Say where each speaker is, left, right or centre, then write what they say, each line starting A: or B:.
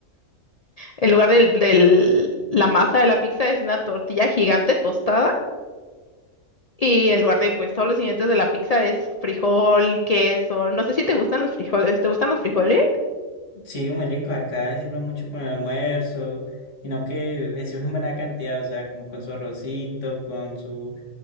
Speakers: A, on the left (about 80°); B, on the left (about 60°).
A: En lugar del, del- la masa de la pizza es una tortilla gigante tostada y en lugar de pues todos los ingredientes de la pizza es frijol, queso. No sé si te gustan los frijoles. ¿Te gustan los frijoles?
B: Sí, muy rico, acá sirve mucho con el almuerzo, sino que le sirven buena cantidad, o sea, como con su arrocito, con su